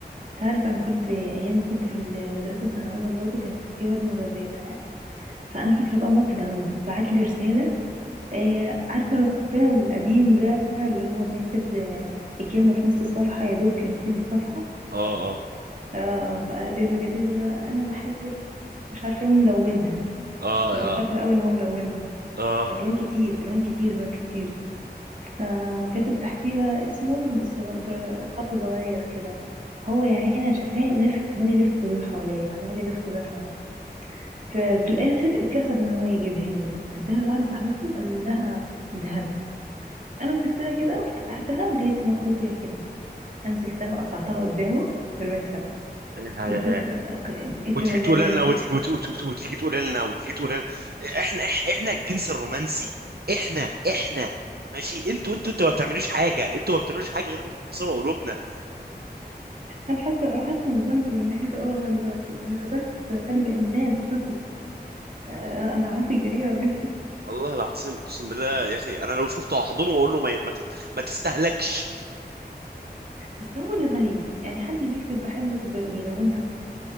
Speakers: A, on the right; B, on the right.
A: تعرف انا كنت ايام ما كنت في المدرسه السنه الاولى برضو كان في واد معجبيه تمام فانا فاكره بقى الموقف ده قوي بعت لي رساله آه عارفه لو حطينا القديم ده اللي هو بنكتب آه الكلمه في نص الصفحه يا دوب كلمتين في الصفحه
B: اه اه
A: اه فقال لي فكتب لي بقى انا بحبك مش عارفه ايه وملونها
B: اه
A: انا فاكره
B: اه
A: قوي ان هو ملونها
B: اه
A: الوان كتير الوان كتير بقى كتير ف وكاتب تحتيه بقى اسمه بالصغ- بخط صغير كده هو يا عيني أنا شايفاه لف عمال يلف ويدور حواليا عمال يلف ويدور حواليا ففي الاخر اتكسف ان هو يجيبها لي هداها لواحده صاحبتي وقال لها اديها لها انا مسكتها كده وفتحتها ولقيت مكتوب فيها كده انا مسكتها وقطعتها قدامه ورميتها
B: يا-
A: اللي
B: يا-
A: كنت
B: يا.
A: لا- ك- ايه الجمدان
B: وتيجي تقول لنا
A: ده اللي-
B: وتيجي وت- وت- وت- وتيجي تقول لنا وتيجي تقول لنا احنا إح- احنا الجنس الرومانسي احنا احنا ماشي انتوا انتوا انتوا ما بتعملوش حاجه انتوا ما بتعملوش حاجه غير انكم تكسروا قلوبنا
A: انا حاسه انا حاسه بالذنب من ناحيته اول لغايه دلوقتي انا كسرت قلب انسان طفل آه، انا عملت جريمه بجد.
B: والله العظيم اقسم بالله يا اخي انا لو شفته هحضنه واقول له ما ما ت- ما تستهلكش
A: بس هو اللي غبي يعني حد بيكتب بحبك وبيلونها